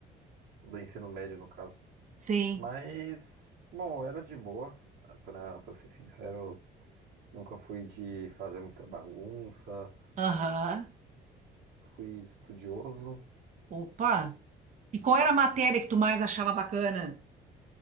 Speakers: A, on the right; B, on the right.
A: do ensino médio, no caso.
B: sim,
A: Mas, bom, era de boa, pra, pra ser sincero, nunca fui de fazer muita bagunça,
B: aham.
A: fui estudioso.
B: Opa! E qual era a matéria que tu mais achava bacana?